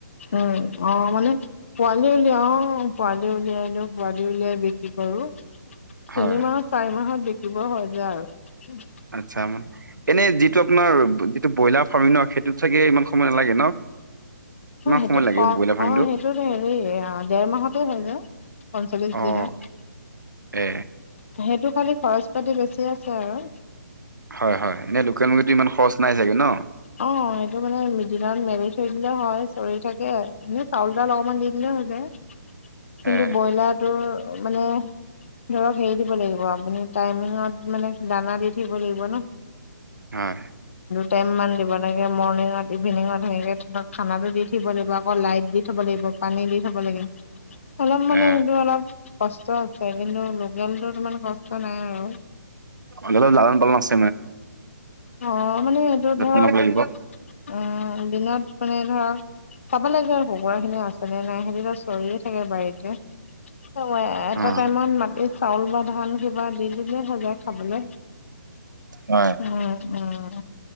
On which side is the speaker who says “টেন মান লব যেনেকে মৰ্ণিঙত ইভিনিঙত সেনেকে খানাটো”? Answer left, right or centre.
Left